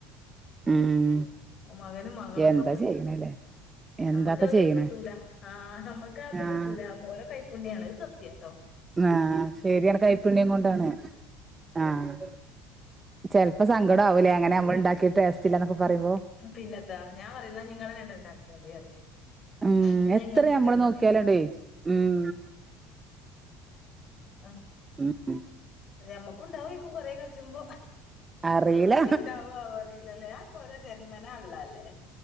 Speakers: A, on the right; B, on the left.
A: ഉം
B: മകനും മകളൊക്കെ
A: എന്താ
B: പറയും
A: ചെയ്യണല്ലേ എന്താപ്പ
B: നമ്മുക്ക് അകട്
A: ചെയ്യണേ
B: കിട്ടൂല ആ്ഹ് നമ്മുക്ക് അത്
A: ആഹ്
B: കിട്ടൂല ഓരോ കഴ കുയ്‌പുണ്യയണത് സത്യട്ടോ
A: ആഹ് ശരിയാണ് കൈപ്പുണ്യം കൊണ്ടാണ് ആഹ് ചെപ്പോപ്പ സങ്കടം ആവൂല്ലേ അങ്ങനെ നമ്മള് ഉണ്ടാക്കിട്ട ടേസ്റ്റില്ല എന്നൊക്കെ പറയ്പോ
B: പിന്നെത്താ ഞാൻ പറയുന്ന നിങ്ങളെന്നണ്ടണ്ടാക്കിയോ പറയും
A: ഉം
B: ഇന്നെ
A: എത്ര
B: ഇങ്ങള് കുറ്റം
A: നമ്മള്
B: പറയും
A: നോക്കിയാലോണ്ടേ ഉം
B: ആഹ്
A: ഉം
B: മ്മക്കുണ്ടാവക്കും കൊറെ കഴചുമ്പോ
A: അറിയില്ല
B: ഇനി ഇണ്ടാവു അറില്ലല്ലേ ആത് കുറ ജന്മന ഉള്ളല്ലേ